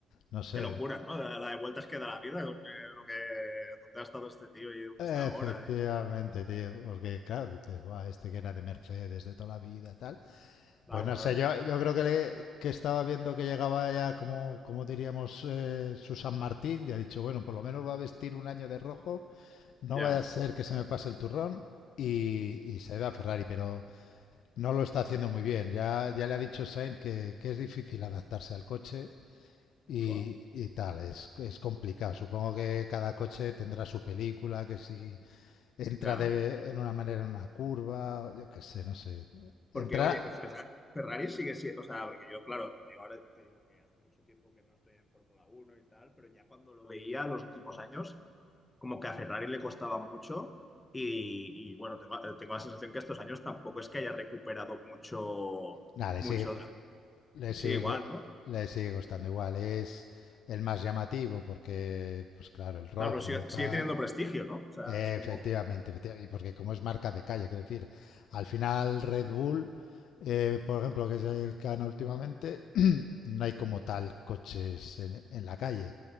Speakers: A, on the left (about 75°); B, on the left (about 15°).
A: no sé.
B: Qué locura, ¿no? La, la de vueltas que da la vida con eh, lo que, dónde ha estado este tío y dónde
A: Efectivamente,
B: está ahora. y-
A: tío, porque claro, dices, Buah, este que era de Mercedes de toda la vida, tal.
B: Claro,
A: Pues no
B: claro.
A: sé, yo, yo creo que, le- que estaba viendo que llegaba ya, como, como diríamos, eh, su San Martín, y ha dicho, bueno, por lo menos va a vestir un año de rojo, no
B: Ya.
A: vaya a ser que se me pase el turrón, y, y se da a Ferrari, pero no lo está haciendo muy bien. Ya, ya le ha dicho Sainz que, que es difícil adaptarse al coche y,
B: Fua,
A: y tal, es, es complicado. Supongo que cada coche tendrá su película, que si entra
B: ya.
A: de, en una manera en una curva, o yo qué sé, no sé.
B: Porque,
A: Entra,
B: oye, Ferra- Ferrari sigue siendo, o sea, porque yo, claro, yo ahora te digo que hace mucho tiempo que no estoy en Fórmula Uno y tal, pero ya cuando lo veía los últimos años, como que a Ferrari le costaba mucho. Y, y, bueno, tengo, tengo la sensación que estos años tampoco es que haya recuperado mucho,
A: nada, le
B: mucho.
A: sigue, le
B: Sigue
A: sigue,
B: igual,
A: go-
B: ¿no?
A: le sigue costando igual. Es el más llamativo porque, pues claro, el rojo,
B: Claro, pero sigue,
A: tal.
B: sigue teniendo prestigio, ¿no? O sea,
A: Efectivamente,
B: es como,
A: efectivamente, y porque como es marca de calle, quiero decir, al final Red Bull, eh, por ejemplo, que es el que gana últimamente, <clears throat> no hay como tal coches en, en la calle.